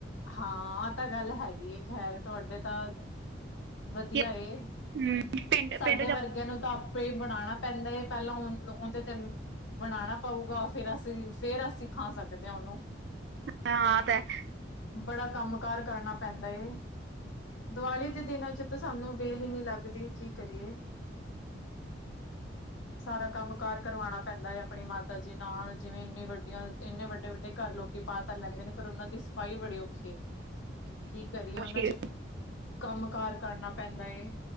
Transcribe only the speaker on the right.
ਕਿ
ਹਮ, ਪਿੰਡ
ਪਿੰਡ 'ਚ
<unintelligible>
ਮੁਸ਼ਕਿਲ